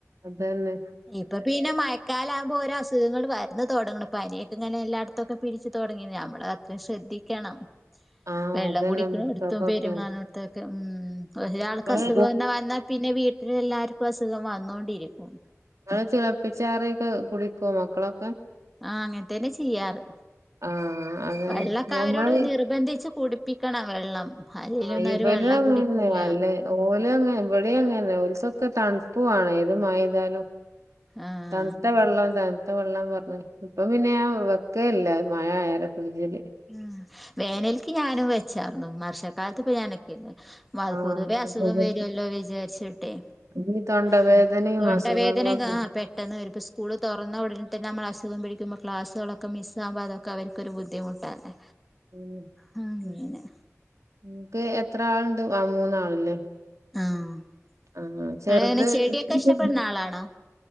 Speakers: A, on the right (about 75°); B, in the centre.
A: അതെന്നെ.
B: ഇപ്പൊ പിന്നെ മഴക്കാലം ആവുമ്പോ ഓരോ അസുഖങ്ങൾ വരും. വന്ന് തൊടങ്ങുന്നു പനിയൊക്കെ ഇങ്ങനെ എല്ലായിടത്തും ഒക്കെ പിടിച്ച് തൊടങ്ങി, നമ്മള് അത്രയും ശ്രദ്ധിക്കണം.
A: ആഹ്
B: വെള്ളം
A: അതന്നെ
B: കുടിക്കണം
A: മക്കൾക്കൊക്കെ
B: എടുത്തും പെരുമാറണം. ഇതൊക്കെ ഉം ഒരാൾക്ക്
A: ഇങ്ങള്
B: അസുഖം തന്നെ വന്നാൽ പിന്നെ വീട്ടി ട്ടില് എല്ലാവർക്കും അസുഖം വന്നൊണ്ടിരിക്കും.
A: നിങ്ങള് തിളപ്പിച്ചാറിയൊക്കെ കുടിക്കുവോ മക്കളൊക്കെ?
B: ആഹ് അങ്ങനെ തന്നെ ചെയ്യാറ്,
A: ആഹ് അതന്നെ
B: വെള്ളം ഒക്കെ
A: ഞമ്മള്
B: അവരോട് നിർബന്ധിച്ച് കുടി പ്പിക്കണം വെള്ളം. അല്ലേലൊന്നും
A: ആഹ് ഇവനും
B: അവര് വെള്ളം
A: അങ്ങനെ
B: കുടിക്കൂല
A: തന്നെയാ അല്ലേ. ഓല് അങ്ങനെ ഇവിടെയും അങ്ങനെ ഓലുക്ക് ഒക്കെ തണുപ്പുവാണ്, ഏത് മഴ പെയ്താലും.
B: ആഹ്
A: തണുത്ത വെള്ളം തണുത്ത വെള്ളം എന്ന് പറഞ്ഞു. ഇപ്പം പിന്നെ ആഹ് വെക്കല്ല മഴ ആയാലേ ഫ്രിഡ്ജില്.
B: ഉം വേനൽക്ക് ഞാനും വെച്ചായിരുന്നു. <unintelligible> മഴക്കാലത്ത് ഞാൻ അനക്കില്ല, വൽ
A: ആഹ്
B: പൊതുവേ അസുഖം വരുവല്ലോ വിചാരിച്ചിട്ടേ.
A: ഈ തൊണ്ടവേദനയും
B: ആഹ് അതോണ്ടാ തൊണ്ടവേദന
A: അസുഖങ്ങളൊക്കെ
B: കാ പെട്ടെന്ന് വരും, ഇപ്പ സ്കൂള് തൊറന്ന് ഉടനെ. ഇപ്പൊ നമ്മള് അസുഖം പിടിക്കുമ്പോ ക്ലാസ്സുകളൊക്കെ മിസ്സ്‌ ആവാതെ അവർക്ക് ഒരു ബുദ്ധിമുട്ടല്ലേ.
A: ഉം ഉം
B: ആ, അങ്ങനെ
A: ഉം നിങ്ങൾക്ക് എത്ര ആളുണ്ട് ആഹ് മൂന്നാളല്ലേ.
B: ആഹ്
A: ആഹ്
B: നിങ്ങളെങ്ങനെ
A: ചെറുത്.
B: ചെടിയൊക്കെ
A: <unintelligible>
B: ഇഷ്ടപ്പെടുന്ന ആളാണോ